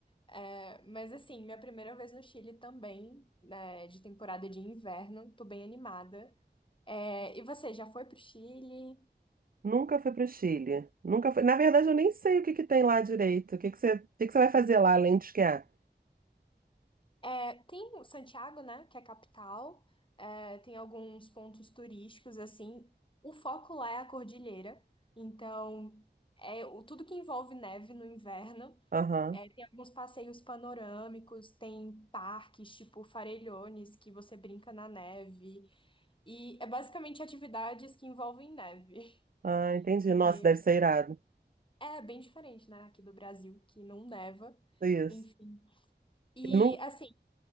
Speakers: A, on the left; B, on the right.
A: É, mas assim, minha primeira vez no Chile também, né, de temporada de inverno, tô bem animada. É, e você já foi pro Chile?
B: Nunca fui pro Chile. Nunca fui. Na verdade, eu nem sei o que que tem lá direito. O que que você, o que que você vai fazer lá além de esquiar?
A: É, tem o Santiago, né, que é a capital. É, tem alguns pontos turísticos assim. O foco lá é a cordilheira. Então, é o- tudo que envolve neve no inverno.
B: Aham.
A: É, tem alguns passeios panorâmicos, tem parques tipo Farellones, que você brinca na neve. E é basicamente atividades que envolvem neve. <laughs>
B: Ah, entendi.
A: E
B: Nossa, deve ser irado.
A: é bem diferente, né, aqui do Brasil, que não neva.
B: Isso.
A: Enfim. E
B: Eu não...
A: assim,